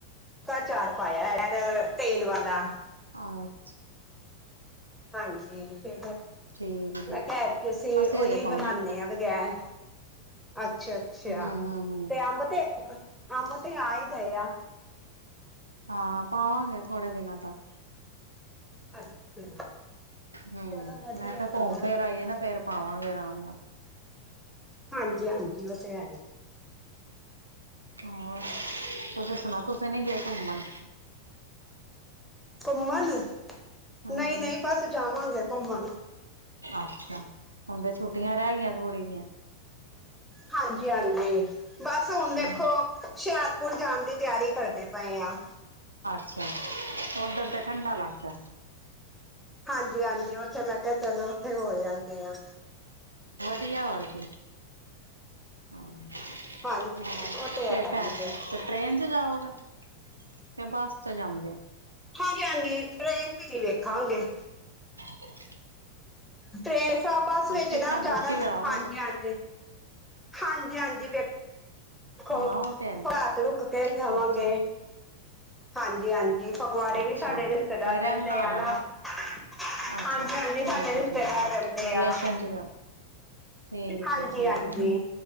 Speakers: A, in the centre; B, on the right.
A: ਸੁੱਕਾ ਅਚਾਰ ਪਾਇਆ ਤ ਐਤਕੀ ਤੇਲ ਵਾਲਾ।
B: ਅੱਛਾ।
A: ਹਾਂਜੀ, ਫਿਰ,
B: ਠੀਕ
A: ਮੈਂ
B: ਹੈ
A: ਕਿਹਾ ਐਤਕੀ ਅਸੀਂ ਉਹੀ
B: ਹਜੇ ਪਾਉਣਾ
A: ਬਣਾਉਦੇ ਹਾਂ। ਬਗੈਰ ਅੱਛਾ-ਅੱਛਾ,
B: ਹੂੰ ਹੂੰ ਹੂੰ
A: ਤੇ ਅੰਬ ਤੇ, ਅੰਬ ਤੇ ਆ ਹੀ ਗਏ ਆ।
B: ਹਾਂ ਪਾਵਾਂਗੇ ਥੋੜੇ ਦਿਨਾਂ ਤੱਕ।
A: ਅੱਛਾ।
B: ਹੂੰ,
A: ਚਲੋ ਵਧੀਆ
B: ਮੈਂ ਕਿਹਾ
A: ਸਗੋਂ।
B: ਘੁੰਮ ਫਿਰ ਆਈਏ ਨਾ ਫੇਰ ਪਾਵਾਂਗੇ ਆਰਾਮ ਨਾਲ।
A: ਹਾਂਜੀ- ਹਾਂਜੀ ਉਹ ਤੇ ਹੈ।
B: ਹੋਰ, ਤੁਸੀਂ ਸੁਣਾਉ ਤੁਸੀਂ ਨੀ ਗਏ ਘੁੰਮਣ।
A: ਘੁੰਮਣ,
B: ਹੂੰ
A: ਨਹੀਂ ਗਈ ਬਸ ਜਾਵਾਂਗੇ ਘੁੰਮਣ।
B: ਅੱਛਾ, ਹੁਣ ਤੇ ਛੁੱਟੀਆਂ ਰਹਿ ਗਈਆਂ ਥੋੜ੍ਹੀ ਜਿਹੀਆਂ।
A: ਹਾਂਜੀ-ਹਾਂਜੀ, ਬਸ ਹੁਣ ਦੇਖੋ
B: ਹਮ
A: ਹੁਸ਼ਿਆਰਪੁਰ ਜਾਣ ਦੀ। ਤਿਆਰੀ ਕਰਦੇ ਪਏ ਆ।
B: ਅੱਛਾ, ਓਧਰ ਤੇ ਠੰਡਾ ਇਲਾਕਾ ਐ।
A: ਹਾਂਜੀ-ਹਾਂਜੀ, ਉੱਥੇ ਮੈਂ ਕਿਹਾ ਚਲੋ ਉੱਥੇ ਹੋ ਆਂਦੇ ਆ।
B: ਕੀ ਹਾਲ ਏ ਜੀ? ਹਾਂ,
A: ਹਾਂਜੀ ਉਹ ਤੇ ਹੈ
B: ਫਿਰ ਭੈਣ
A: ਹੀ
B: ਜੀ।
A: ਹੈ
B: ਟ੍ਰੇਨ 'ਚ ਜਾਓਗੇ, ਤੇ ਬੱਸ 'ਚ ਜਾਂਦੇ ਓ?
A: ਹਾਂਜੀ-ਹਾਂਜੀ, ਟ੍ਰੇਨ 'ਚ ਹੀ ਵੇਖਾਂਗੇ।
B: ਹ <inaudible>
A: ਟ੍ਰੇਨਸ ਬਸ ਵਿੱਚ
B: ਟਿਕਟਾਂ
A: ਨਾ ਜ਼ਿਆਦਾ
B: ਬੁੱਕ ਹੀ ਕਰਾਓਗੇ
A: ਹਾਂਜੀ-ਹਾਂਜੀ,
B: ਫਿਰ
A: ਹਾਂਜੀ-ਹਾਂਜੀ। ਦੇਖੋ,
B: ਹਾਂ ਉਹ ਤੇ ਹੈ ਹੀ
A: ਰਾਤ ਰੁਕ ਕੇ ਜਾਵਾਂਗੇ,
B: ਅੱਛਾ
A: ਹਾਂਜੀ-ਹਾਂਜੀ। ਜੀ ਫਗਵਾੜੇ
B: ਅੱਛਾ
A: ਵੀ ਸਾਡੇ ਰਿਸ਼ਤੇਦਾਰ
B: ਕੋਈ ਰਹਿੰਦਾ
A: ਰਹਿੰਦੇ
B: ਹੋਣਾ
A: ਆ ਨਾ। ਹਾਂਜੀ-ਹਾਂਜੀ,
B: ਅੱਛਾ ਠੀਕ
A: ਸਾਡੇ
B: ਹੈ
A: ਰਿਸ਼ਤੇਦਾਰ
B: ਠੀਕ ਹੈ ਰਿਲੇਸ਼ਨ
A: ਰਹਿੰਦੇ ਆ।
B: ਚ ਜਾਓ ਠੀਕ
A: ਹਾਂਜੀ-ਹਾਂਜੀ,
B: ਹੈ ਠੀਕ